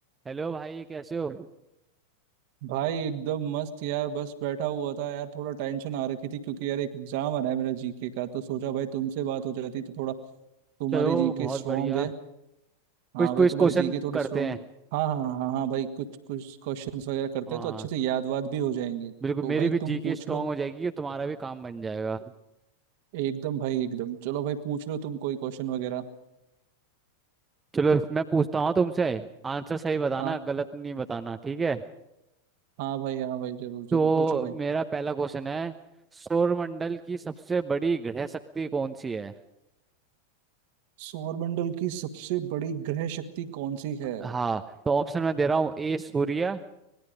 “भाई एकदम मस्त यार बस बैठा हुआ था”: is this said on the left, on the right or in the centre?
Right